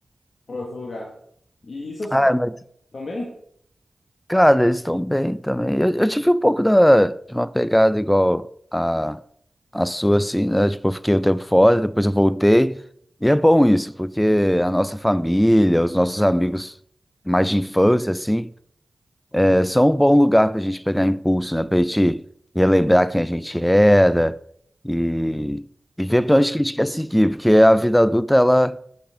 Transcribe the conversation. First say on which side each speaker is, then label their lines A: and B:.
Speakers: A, on the left; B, on the left.
A: pra outro lugar. E seus
B: Ah,
A: pais,
B: mas,
A: também?
B: cara, eles estão bem também. Eu, eu tive um pouco da, de uma pegada igual a, a sua, assim, né? Tipo, eu fiquei um tempo fora, depois eu voltei. E é bom isso, porque a nossa família, os nossos amigos mais de infância, assim, É só um bom lugar para a gente pegar impulso, né? Para a gente relembrar quem a gente era e, e ver
A: Você
B: para onde que a gente quer seguir, porque a vida adulta ela,